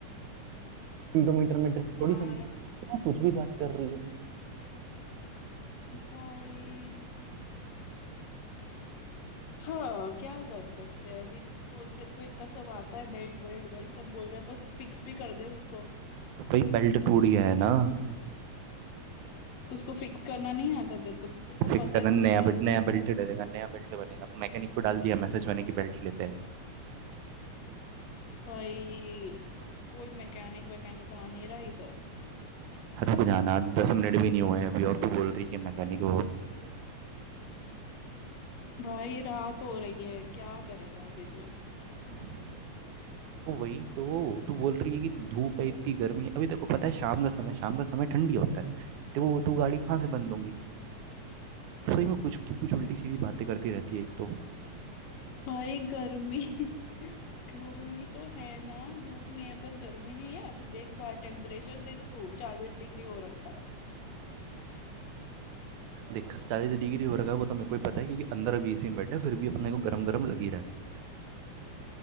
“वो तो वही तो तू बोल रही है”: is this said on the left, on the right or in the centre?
Right